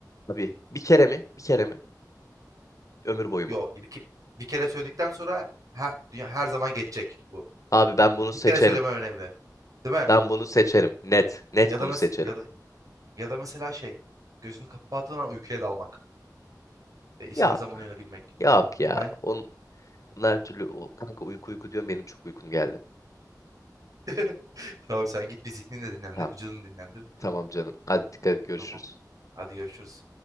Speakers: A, on the left; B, on the right.
A: Abi bir kere mi? Bir kere mi? Ömür boyu
B: Yo
A: mu?
B: bir, ke- bir kere söyledikten sonra her, dünya, her zaman geçecek bu.
A: Abi ben
B: Yani
A: bunu
B: bir
A: seçerim.
B: kere söyleme önemli. Değil mi?
A: Ben bunu seçerim. Net. Net
B: Ya
A: bunu
B: da mes
A: seçerim.
B: ya da ya da mesela şey gözünü kapattığın an uykuya dalmak ve istediğin
A: Yok.
B: zaman uyanabilmek.
A: Yok ya.
B: Ben
A: On, onlar her türlü o kanka uyku uyku diyorum benim çok uykum geldi.
B: <laughs> tamam sen git bir zihnini de dinlendir,
A: Tamam.
B: vücudunu dinlendir.
A: Tamam canım. Hadi dikkat et görüşürüz.
B: Tamam. Hadi görüşürüz.